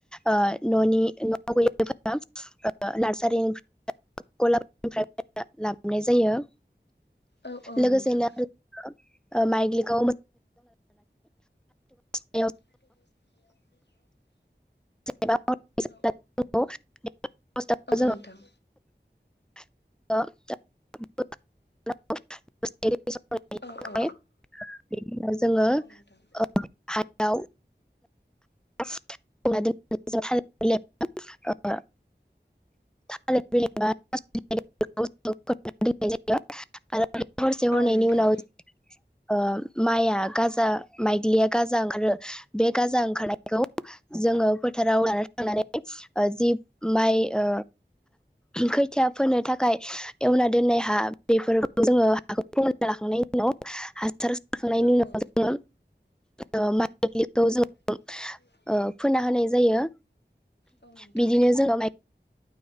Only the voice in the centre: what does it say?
ओ न'नि न'आव गोयिफोरा नार्सारिनिफ्राय गलानिफ्राय लाबोनाय जायो ।
लोगोसेनो
ओ माइगलिखौ औ
जेनेबा
जोङो फार्स्टआव
<unintelligible> <unintelligible>
जोङो
ओ हायाव <unintelligible> थालिर बिलाइ बानाय ज <unintelligible> आरो <inaudible> हरसे
हरनैनि
उनाव जो ओ माइया गाजा माइग्लिया गाजा ओंखारो। बे गाजा ओंखारनाय गौ जोङो फो थाराव लाना थांनानै ओ जि माइ ओ खैथिया फोनो थाखाय एवना दोननाय हा बेफोरखौ जोङो हाखौ फोमोनना लाखांनायनि उनाव हासार खांनायनि
उनाव
जोङो ओ माइग्लिखौ जों
ओ फोना होनाय जायो
बिदिनो जोङो माइं <inaudible>